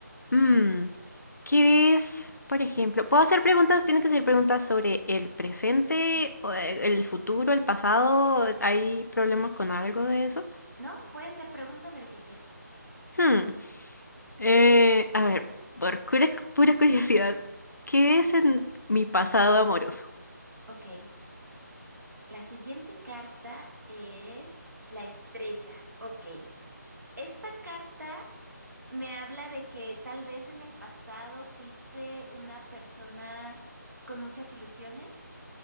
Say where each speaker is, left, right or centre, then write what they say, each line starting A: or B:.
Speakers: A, on the left; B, on the right.
A: Mm, ¿qué es, por ejemplo? ¿Puedo hacer preguntas? ¿Tienen que ser preguntas sobre el presente, o, eh, el futuro, el pasado? ¿Hay problema con algo de eso?
B: No, pueden ser preguntas de lo que quieras.
A: Hmm, eh, a ver, por pura, pura curiosidad, ¿qué es en mi pasado amoroso?
B: Ok. La siguiente carta es la estrella. Ok. Esta carta me habla de que tal vez en el pasado fuiste una persona con muchas ilusiones